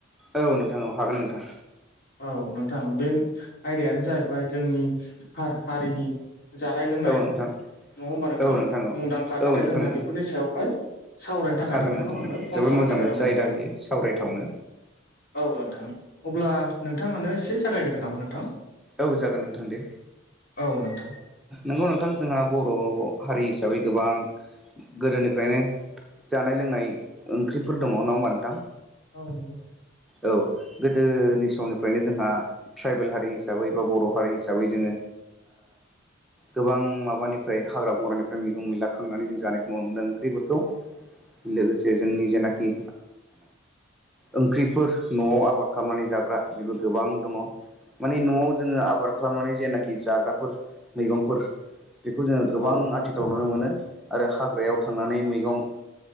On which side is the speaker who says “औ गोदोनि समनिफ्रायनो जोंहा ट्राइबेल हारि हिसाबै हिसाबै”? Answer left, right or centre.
Centre